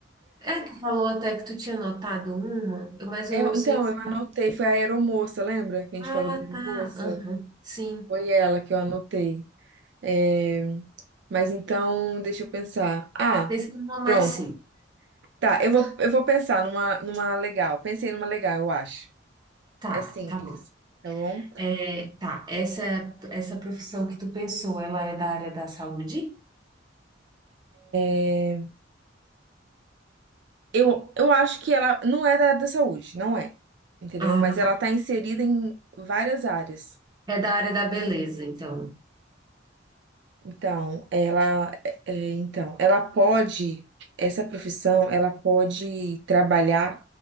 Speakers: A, on the right; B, on the right.
A: É, tu falou até que tu tinha notado uma, mas
B: É,
A: eu não sei.
B: então,
A: se-
B: eu anotei, foi a aeromoça, lembra? Que a
A: Ah,
B: gente falou da aeromoça?
A: tá. Aham. Sim.
B: Foi ela que eu anotei. É, Mas então, deixa eu pensar. Ah,
A: Pensei numa mais
B: pronto.
A: simples.
B: Tá, eu vou, eu vou pensar numa, numa legal. Pensei numa legal, eu acho.
A: Tá,
B: É simples,
A: tá bom.
B: tá bom?
A: É, tá, essa, essa profissão que tu pensou, ela é da área da saúde?
B: É, Eu, eu acho que ela não é da área da saúde, não é, entendeu?
A: Ah,
B: Mas
A: tá.
B: ela tá inserida em várias áreas.
A: É da área da beleza, então.
B: Então, ela, é, então, ela pode, essa profissão, ela pode trabalhar